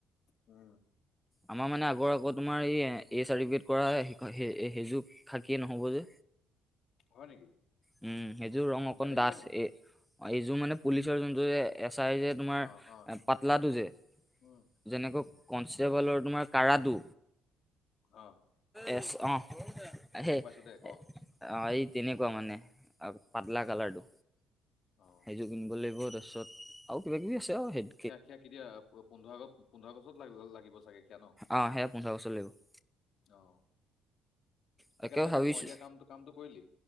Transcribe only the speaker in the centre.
আমাৰ মানে আগৰ আকৌ তোমাৰ এই এ-চাৰ্টিফিকেট কৰা সেইযোৰ খাকি নহ'ব যে।
উম, সেইযোৰ ৰং অকন
ডাট
এ অ' এইযোৰ মানে পুলিচৰ যোনটো যে এছ আই যে তোমাৰ
পাতলাটো যে
যেনেকৈ কনষ্টেবলৰ তোমাৰ কাৰাটো।
এছ অ' সেই
অ'
এই তেনেকুৱা মানে। আৰু পাতলা কালাৰটো
সেইযোৰ কিনিব লাগিব তাৰপিছত আৰু কিবা কিবি আছে আৰু সেই
অ' সেয়া পোন্ধৰ আগষ্টত লাগিব।
তাকে
ভাবিছো